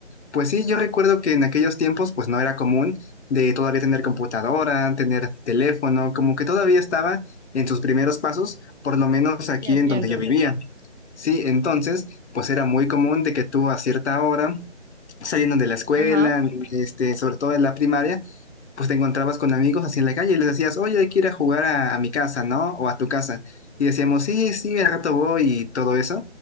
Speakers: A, on the left; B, on the right.
A: Pues sí, yo recuerdo que en aquellos tiempos, pues no era común de todavía tener computadora, tener teléfono, como que todavía estaba en sus primeros pasos, por lo menos aquí
B: Sí, entiendo.
A: en donde yo vivía. Sí, entonces, pues era muy común de que tú a cierta hora saliendo de la escuela,
B: Ajá.
A: este, sobre todo en la primaria, pues te encontrabas con amigos así en la calle y les decías, oye, hay que ir a jugar a, a mi casa, ¿no? O a tu casa. Y decíamos, sí, sí, al rato voy y todo eso.